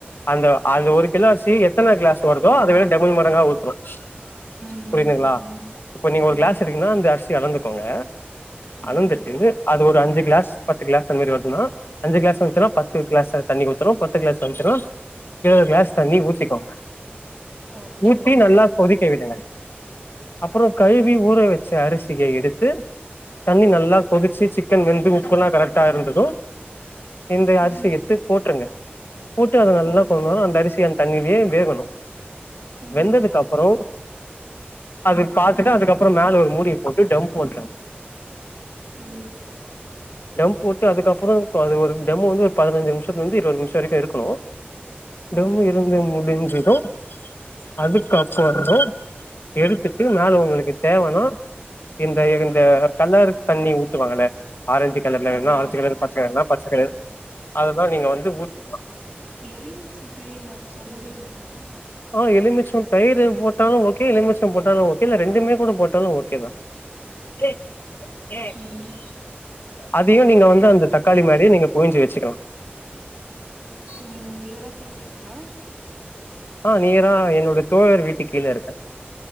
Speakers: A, on the left; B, on the right.
A: அந்த அந்த ஒரு கிலோ அரிசி எத்தனை கிளாஸ் வருதோ அதை விட டபிள் மடங்கா ஊத்துரோம்
B: ம்
A: புரியுதுங்களா
B: ம்
A: இப்ப நீங்க ஒரு
B: ம்
A: கிளாஸ் எடுக்கன்னா அந்த அரிசி அலந்துக்கோங்க
B: ம்
A: அளந்துட்டு அது ஒரு அஞ்சு கிளாஸ் பத்து கிளாஸ் அந்த மாரி வருதுனா அஞ்சு கிளாஸ் வந்ச்சுனா பத்து கிளாஸ் தண்ணி ஊத்தனும் பத்து கிளாஸ் வந்ச்சுனா இருவது கிளாஸ் தண்ணி ஊத்திக்கோங்க
B: ஓகே
A: ஊத்தி நல்லா கொதிக்க விட்ருங்க அப்றோம் கழுவி ஊற வச்ச அரிசியை எடுத் து தண்ணி நல்லா கொதிச்சு சிக்கன் வெந்து உப்புெல்லாம் கரெக்ட்டா இருந்ததும் இந்த அரிசி
B: ம்
A: எடுத்து போட்டுருங்க போட்டு அது நல்லா
B: ஓகே
A: கொஞ்ச அந்த அரிசி அந்த தண்ணிலே வேகணும்
B: ம்
A: வெந்ததுக்குப்புறம் அது பாத்துட்டு அதுக்கப்புறம் மேல ஒரு மூடியை போட்டு தம்போட்
B: ம்
A: தம் போட்டு அதுக்கப்புறம் அது ஒரு தம் வந்து ஒரு பதினஞ்சு நிமிஷத்துல இருந்து இருபது நிமிஷம் வரைக்கும் இருக்கணும்
B: ஆ
A: தம் இருந்து முடிஞ்சது அடுப் ஆப் பண்ணிட்டு எடுத்துட்டு மேலும் உங்களுக்கு தேவனா இந்த இந்த கலர் தண்ணி ஊத்துவாங்கள ஆரஞ்சு கலர்ல வேணா
B: ஆமா
A: ஆரஞ்சு
B: ஆமா
A: கலர்
B: ஆமா
A: பச்சக்கலர் அதுதான் நீங்க வந்து ஊத்திக்கலாம்
B: எலுமிச்சம் புழியனும் அது சொல்லவே இல்ல நீங்க
A: ஆ எலுமிச்சோ தயிரு போட்டாலு ஓகே எலுமிச்சோ போட்டாலு ஓகே இல்ல ரெண்டுமே கூட போட்டாலு ஓகேதா ஏ
B: ம்
A: அதையு நீங்க வந்து அந்த தக்காளி மாரியே நீங்க புழிஞ்சி வச்சுக்கலா
B: ம் நேரா போய்ட்டீங்ளா
A: ஆ நேரா என்னோட தோழர் வீட்டு கீழ இருக்கே